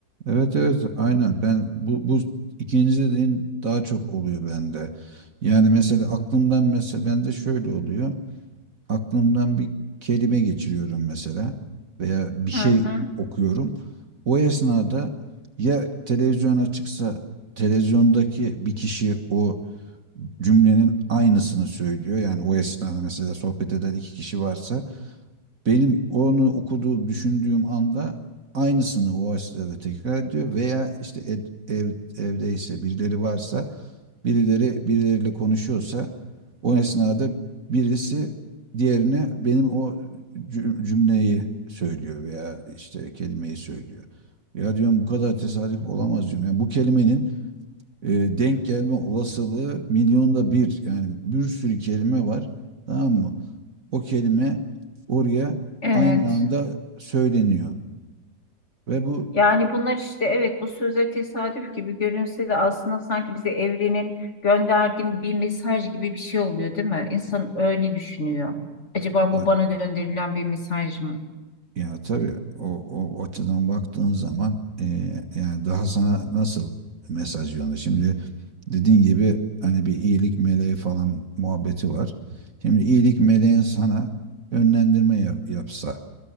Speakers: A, on the right; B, on the left.
A: Evet evet aynen. Ben bu bu ikinci dediğin daha çok oluyor bende. Yani mesela aklımdan mesela bende şöyle oluyor. Aklımdan bir kelime geçiriyorum mesela veya bir şey
B: Hı hı.
A: okuyorum. O esnada ya televizyon açıksa televizyondaki bir kişi o cümlenin aynısını söylüyor. Yani o esnada mesela sohbet eden iki kişi varsa benim onu okuduğum, düşündüğüm anda aynısını o esnada tekrar ediyor veya işte ev, ev, evdeyse birileri varsa birileri birileriyle konuşuyorsa o esnada birisi diğerine benim o cümleyi söylüyor veya işte kelimeyi söylüyor. Ya diyorum bu kadar tesadüf olamaz diyorum. Yani bu kelimenin e, denk gelme olasılığı milyonda bir. Yani bir sürü kelime var. Tamam mı? O kelime oraya
B: Evet.
A: aynı anda söyleniyor. Ve bu
B: Yani bunlar işte evet bu söze tesadüf gibi görünse de aslında sanki bize evrenin gönderdiği bir mesaj gibi bir şey oluyor değil mi? İnsan öyle düşünüyor. Acaba
A: ya,
B: bu bana gönderilen bir mesaj mı?
A: ya tabii o, o açıdan baktığın zaman e, yani daha sana nasıl mesaj yolunda. Şimdi dediğin gibi hani bir iyilik meleği falan muhabbeti var. Şimdi iyilik meleğin sana yönlendirme yap- yapsa